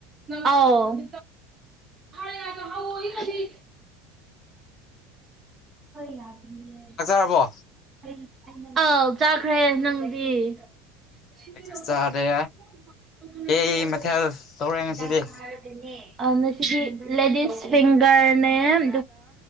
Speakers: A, on the right; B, on the left.
A: ꯑꯥꯎ <unintelligible> <unintelligible> ꯆꯥꯕ ꯌꯥꯔ‌ꯣꯏꯌ‌ꯦ <unintelligible> ꯌꯥꯗꯤꯌ‌ꯦ
B: ꯆꯥꯛ ꯆꯥꯔꯕꯣ
A: <unintelligible> ꯑꯥꯎ ꯆꯥꯈ꯭ꯔꯦ ꯅꯪꯗꯤ <unintelligible>
B: ꯑꯩꯁꯨ ꯆꯥꯔꯦ ꯀꯩ ꯃꯊꯦꯜ ꯇꯧꯔꯦ ꯉꯁꯤꯗꯤ
A: ꯗꯥꯛ ꯇꯥꯔꯕꯅ‌ꯦ ꯑꯝ ꯉꯁꯤꯗꯤ ꯂꯦꯗꯤꯁ ꯐꯤꯡꯒꯔꯅꯦ <unintelligible>